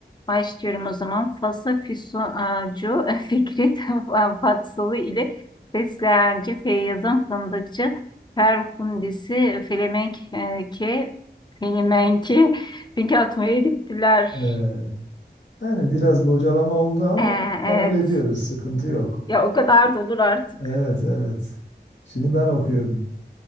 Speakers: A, on the left (about 25°); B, on the left (about 80°).
A: Başlıyorum o zaman. Fasa Füsuncu <laughs> Fikret <laughs> Fatsalı ile Fesleğenci Feyyaz'ın Fındıkçı Ferhundisi Felemenk e, ke Felemenki Finke atmaya gittiler.
B: Evet. Yani biraz bocalama oldu ama
A: E,
B: kabul
A: evet.
B: ediyoruz. Sıkıntı yok.
A: Ya o kadar da olur artık.
B: Evet, evet. Şimdi ben okuyorum.